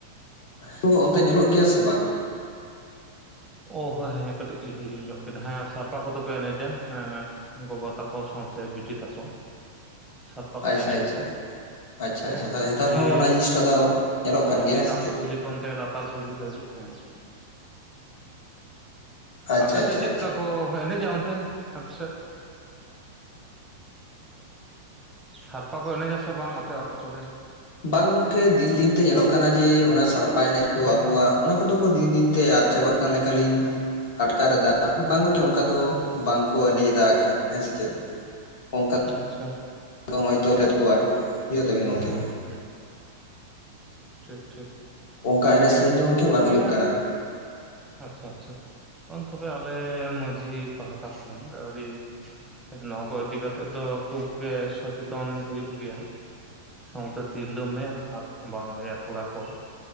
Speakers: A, on the left (about 50°); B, in the centre.
A: ᱛᱳ ᱚᱱᱛᱮ ᱧᱮᱞᱚᱜ ᱜᱮᱭᱟ ᱥᱮ ᱵᱟᱝ?
B: ᱳ ᱦᱳ ᱦᱮᱸ ᱦᱮᱸ ᱠᱟᱹᱴᱤᱡ ᱞᱤᱧ ᱦᱤᱲᱤᱧ ᱧᱚᱜ ᱠᱮᱫᱟ, ᱦᱮᱸ ᱟᱨ ᱥᱟᱲᱯᱟ ᱠᱚᱫᱚ ᱠᱚ ᱮᱱᱮᱡᱟ ᱦᱮᱸ᱾ ᱜᱚᱜᱚ ᱛᱟᱠᱚ ᱥᱟᱶᱛᱮ ᱵᱤᱴᱤ ᱛᱟᱠᱚ ᱥᱟᱲᱯᱟ ᱠᱚᱫᱚ
A: ᱟᱪᱪᱷᱟ
B: ᱮᱱᱮᱡ
A: ᱟᱪᱪᱷᱟ
B: ᱟᱠᱚ᱾
A: ᱟᱪᱪᱷᱟ
B: ᱦᱮᱸ
A: ᱟᱪᱪᱷᱟ ᱛᱟᱦᱚᱞᱮ
B: ᱠᱩᱠᱞᱤ
A: ᱱᱮᱛᱟᱨ ᱦᱚᱸ ᱚᱱᱟ ᱡᱤᱱᱤᱥᱴᱟ ᱫᱚ ᱧᱮᱞᱚᱜ ᱠᱟᱱ ᱜᱮᱭᱟ
B: ᱥᱤᱛᱟᱢ
A: ᱦᱮᱸ ᱥᱮ ᱪᱮᱫ?
B: ᱠᱩᱞᱤ ᱚᱱᱛᱮ ᱞᱟᱛᱟᱨ ᱠᱩᱞᱦᱤ ᱫᱷᱟᱹᱵᱤᱡ ᱦᱮᱸ᱾
A: ᱟᱪᱪᱷᱟ
B: ᱟᱯᱮ
A: ᱟᱪᱪᱷᱟ
B: ᱥᱮᱫ ᱪᱮᱫᱠᱟ
A: ᱟᱪᱪᱷᱟ
B: ᱠᱚ ᱮᱱᱮᱡᱟ ᱚᱱᱛᱮ? ᱟᱯᱮ ᱥᱮᱫ? ᱥᱟᱞᱯᱟ ᱠᱚ ᱮᱱᱮᱡᱟ ᱥᱮ ᱵᱟᱝ ᱟᱯᱮ ᱟᱛᱳ ᱠᱚᱨᱮ?
A: ᱵᱟᱝ ᱜᱚᱝᱠᱮ᱾ ᱫᱤᱱ ᱫᱤᱱ ᱛᱮ ᱧᱮᱞᱚᱜ ᱠᱟᱱᱟ ᱡᱮ ᱚᱱᱟ ᱥᱟᱲᱯᱟ ᱮᱱᱮᱡ ᱠᱚ ᱟᱵᱚᱣᱟᱜ, ᱚᱱᱟ ᱠᱚᱫᱚ ᱠᱚ ᱫᱤᱱ ᱫᱤᱱ ᱛᱮ ᱟᱫ ᱪᱟᱵᱟᱜ ᱠᱟ ᱠᱟᱱ ᱞᱮᱠᱟᱞᱤᱧ ᱟᱴᱠᱟᱨᱮᱫᱟ᱾ ᱵᱟᱝ ᱜᱚᱝᱠᱮ ᱚᱱᱠᱟ ᱫᱚ ᱵᱟᱝ ᱠᱚ ᱮᱱᱮᱡ ᱮᱫᱟ ᱦᱟᱸᱜ ᱠᱷᱟᱱ ᱦᱮᱸ ᱥᱮ ᱪᱮᱫ? ᱚᱜᱠᱟ
B: ᱟᱪᱪᱷᱟ᱾
A: ᱠᱟᱞᱚᱢ ᱦᱚᱭᱛᱚ <unintelligible> ᱠᱚᱣᱟ ᱤᱭᱟᱹ ᱛᱟᱹᱵᱤᱱ ᱜᱚᱢᱠᱮ᱾
B: ᱦᱩᱸ᱾ ᱴᱷᱤᱠ ᱴᱷᱤᱠ᱾
A: ᱚᱝᱠᱟ ᱮᱱᱮᱡ ᱥᱮᱨᱤᱧ ᱫᱚ ᱜᱚᱝᱠᱮ
B: ᱛᱚᱵᱮ
A: ᱵᱟᱝ ᱦᱩᱭᱩᱜ ᱠᱟᱱᱟ᱾
B: ᱟᱪᱪᱷᱟ ᱟᱪᱪᱷᱟ, ᱟᱢ ᱛᱚᱵᱮ ᱟᱞᱮ ᱢᱟᱺᱡᱷᱤ ᱯᱟᱦᱴᱟ ᱠᱷᱚᱱ ᱟᱹᱰᱤ ᱱᱚᱣᱟ ᱠᱚ ᱤᱫᱤ ᱠᱟᱛᱮᱫ ᱫᱚ ᱠᱷᱩᱵ ᱜᱮ ᱥᱚᱪᱮᱛᱚᱱ ᱦᱩᱭᱩᱜ ᱜᱮᱭᱟ᱾ ᱥᱟᱶᱛᱮ ᱛᱤᱨᱞᱟᱹ ᱢᱮᱱ ᱟᱨ ᱵᱟᱝ ᱤᱭᱟᱹ ᱠᱚᱲᱟ ᱠᱚ᱾